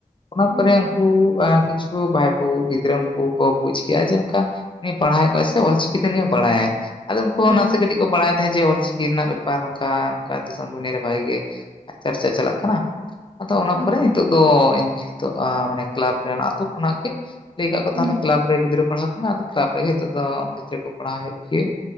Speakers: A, on the left (about 35°); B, on the right (about 80°).
A: ᱚᱱᱟ
B: ᱦᱩᱸ
A: ᱯᱚᱨᱮ ᱩᱱᱠᱩ ᱠᱤᱪᱷᱩ ᱵᱟᱭᱯᱳ ᱜᱤᱫᱽᱨᱟᱹ ᱩᱱᱠᱩ ᱠᱚ ᱵᱩᱡ ᱠᱮᱜᱼᱟ ᱡᱮ ᱱᱚᱝᱠᱟ, ᱱᱩᱭᱮ ᱯᱟᱲᱦᱟᱣᱮᱫ ᱠᱚᱣᱟᱭ ᱥᱮ ᱚᱞᱪᱤᱠᱤᱛᱮ ᱱᱩᱭᱮ ᱵᱟᱲᱟᱭᱟᱭ ᱟᱫᱚ ᱩᱱᱠᱩ ᱦᱚᱸ
B: ᱦᱩᱸ
A: ᱱᱟᱥᱮ ᱠᱟᱹᱴᱤᱡ᱾ ᱠᱚ ᱵᱟᱲᱟᱭ ᱛᱟᱦᱮᱸᱫ ᱡᱮ ᱚᱞ ᱪᱤᱠᱤ ᱨᱮᱱᱟᱜ ᱵᱮᱯᱟᱨ ᱱᱚᱝᱠᱟ ᱱᱚᱝᱠᱟ ᱫᱤᱥᱚᱢ ᱫᱩᱱᱤᱭᱟᱹ ᱨᱮ ᱵᱷᱟᱜᱤ ᱜᱮ᱾ ᱪᱟᱨᱪᱟ ᱪᱟᱞᱟᱜ ᱠᱟᱱᱟ᱾ ᱟᱫᱚ ᱚᱱᱟ
B: ᱦᱩᱸ
A: ᱯᱚᱨᱮ ᱱᱤᱛᱚᱜ ᱫᱚ ᱤᱧ ᱦᱤᱛᱚᱜ ᱟ ᱢᱟᱱᱮ ᱠᱞᱟᱵᱽ ᱨᱮᱱ ᱟᱛᱳ ᱠᱷᱚᱱᱟᱜ ᱜᱮ, ᱞᱟᱹᱭ ᱠᱟᱜᱟ ᱠᱚ
B: ᱦᱩᱸ
A: ᱛᱟᱦᱚᱞᱮ ᱠᱞᱟᱵ ᱨᱮ ᱜᱤᱫᱽᱨᱟᱹ ᱯᱟᱲᱦᱟᱣ ᱠᱚ ᱢᱮ ᱟᱫᱚ ᱠᱞᱟᱵ ᱨᱮᱜᱮ ᱱᱤᱛᱚᱜ ᱫᱚ ᱜᱤᱫᱽᱨᱟᱹ ᱠᱚ ᱯᱟᱲᱦᱟᱣ ᱦᱩᱭᱩᱜ ᱜᱮᱭᱟ᱾